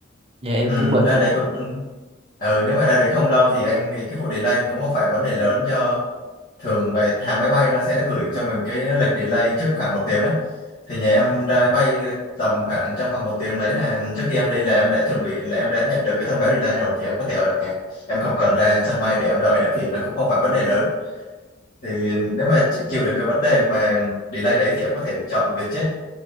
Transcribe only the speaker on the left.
Ừ,
ra
đấy
cũng ừ, nếu mà ra đấy không lâu thì anh nghĩ cái vụ delay nó cũng không phải vấn đề lớn do thường về hãng máy bay nó sẽ gửi cho mình cái lịch delay trước khoảng một tiếng ấy thì nhà em ra máy bay tầm khoảng trong vòng một tiếng đấy là trước khi em đi là em đã chuẩn bị là em đã nhận được cái thông báo delay rồi thì em có thể ở nhà em không cần ra sân bay để em đợi nữa thì nó cũng không phải vấn đề lớn thì nếu mà chịu chịu được cái vấn đề mà delay đấy thì em có thể chọn Vietjet